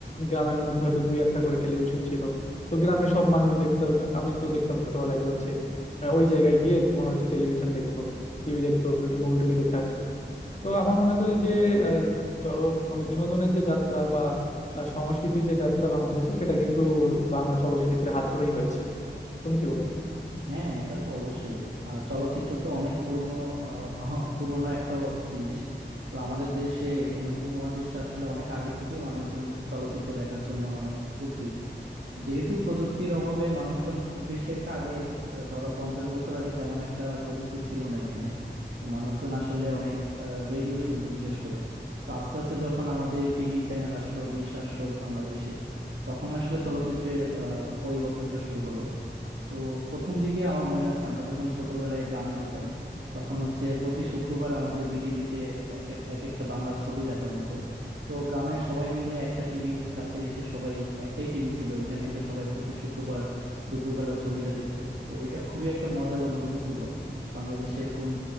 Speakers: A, on the left; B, on the right.
A: গ্রামের মধ্যে হয়তো দুই একটা করে টেলিভিশন ছিল তো গ্রামে সব মানুষ দেখতো আমি তো দেখতাম ছোটবেলায় যে হচ্ছে আহ, ওই জায়গায় গিয়ে তোমার হচ্ছে টেলিভিশন দেখতো টিভি দেখতো ওই যে মুভি টুভি দেখে আসতো তো আমার মনে করি যে আহ, চলো মানে বিনোদনের যে যাত্রা বা আহ, সংস্কৃতির যে যাত্রা বাংলাদেশে সেটা কিন্তু বাংলা চলচ্চিত্রের হাত ধরেই হয়েছে তুমি কি বলো
B: হ্যাঁ এটা তো অবশ্যই আর চলচ্চিত্র তো অনেক পুরনো পুরনো একটা জিনিস তো আমাদের দেশে এখানে উপমহাদেশে আসলে অনেক আগে থেকে মানুষজন চলচ্চিত্র দেখার জন্য অনেক উদগ্রীব যেহেতু প্রযুক্তির অভাবে মানুষজন খুব বেশি একটা আগে আহ, ধরো পঞ্চাশ বছর আগে তেমন একটা প্রযুক্তি ছিল না এখানে তো মানুষজন আসলে অনেক রেডিও শুনতো বিশেষ করে তো আস্তে আস্তে যখন আমাদের টিভি চ্যানেল আসলো ডিশ আসলো বাংলাদেশে তখন আসলে চলচ্চিত্রের আহ, পরিবর্তনটা শুরু হলো তো প্রথম দিকে আমার মনে আছে আমরা যখন ছোটবেলায় গ্রামে যেতাম তখন হচ্ছে প্রতি শুক্রবার আমাদের বিটিভিতে এক এক এক একটা বাংলা ছবি দেখানো হতো তো গ্রামের সবাই মিলে একটা টিভির কাছে এসে সবাই একটাই টিভি ছিল ওইখানে এসে সবাই প্রতি শুক্রবার দুপুরবেলা ছবিটা দেখতো তো ওইটা খুবই একটা মজার অনুভূতি ছিল বাংলাদেশে এরকম